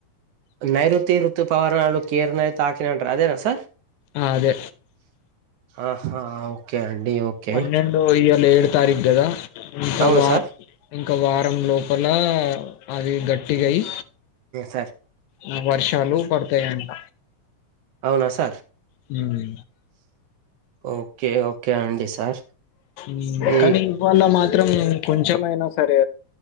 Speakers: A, on the right; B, on the left.
A: నైరుతి ఋతు పవరాళు కేర్నైయిత తక్కినై అదేనా సార్
B: ఆ అదే
A: ఆహా ఓకే అండి ఓకే
B: పన్నెండు ఇయల ఏడు తారీగదా ఇంకా
A: అవును
B: వారం
A: సార్
B: ఇంకా వారం లోపల అది గట్టిగాయి
A: సార్
B: నా వర్షాలు పడుతాయంట
A: అవునా సార్
B: హ్
A: ఓకే ఒకే అండి సార్
B: మ్మ్
A: ఈ
B: కానీ ఇవ్వాళ మాత్రం కొంచెమైనా సరే